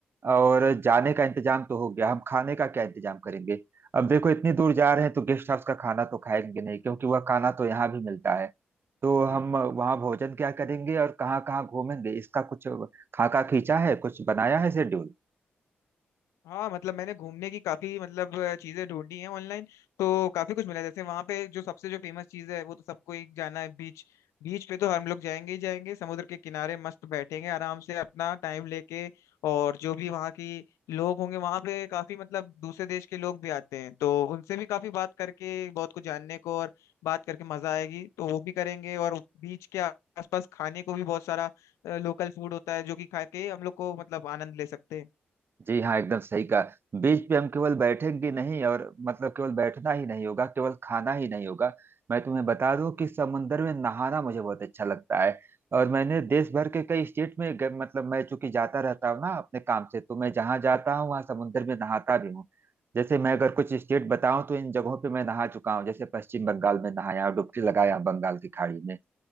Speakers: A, on the right; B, on the left.
A: और जाने का इंतजाम तो हो गया हम खाने का क्या इंतजाम करेंगे अब देखो इतनी दूर जा रहे हैं तो गेस्ट हाउस का खाना तो खाएंगे नहीं क्योंकि वह खाना तो यहाँ भी मिलता है तो हम वहाँ भोजन क्या करेंगे और कहाँ कहाँ घूमेंगे इसका कुछ खाका खींचा है कुछ बनाया है शेड्यूल
B: हाँ मतलब मैंने घूमने की काफी मतलब अ, चीजें ढूंढी हैं ऑनलाइन तो काफी कुछ मिला जैसे वहां पे जो सबसे जो फेमस चीज है वो तो सबको एक जाना है बीच बीच पे तो हम लोग जाएंगे ही जाएंगे समुद्र के किनारे मस्त बैठेंगे आराम से अपना टाइम लेके और जो भी वहाँ की लोग होंगे वहां पे काफी मतलब दूसरे देश के लोग भी आते हैं तो उनसे भी काफी बात करके बहुत कुछ जानने को और बात करके मजा आएगी तो वो भी करेंगे और बीच के आसपास खाने को भी बहुत सारा लोकल फूड होता है जो कि खा के हम लोग को मतलब आनंद ले सकते हैं
A: जी हाँ एकदम सही कहा बीच पे हम केवल बैठेंगे नहीं और मतलब केवल बैठना ही नहीं होगा केवल खाना ही नहीं होगा मैं तुम्हें बता दूं कि समुंदर में नहाना मुझे बहुत अच्छा लगता है और मैंने देश भर के कई स्टेट में ग- मतलब मैं चूंकि जाता रहता हूँ ना अपने काम से तो मैं जहाँ जाता हूँ वहाँ समुंदर में नहाता भी हूँ जैसे मैं अगर कुछ स्टेट बताऊं तो इन जगहों पे मैं नहा चुका हूँ जैसे पश्चिम बंगाल में नहाया डुबकी लगाया बंगाल की खाड़ी में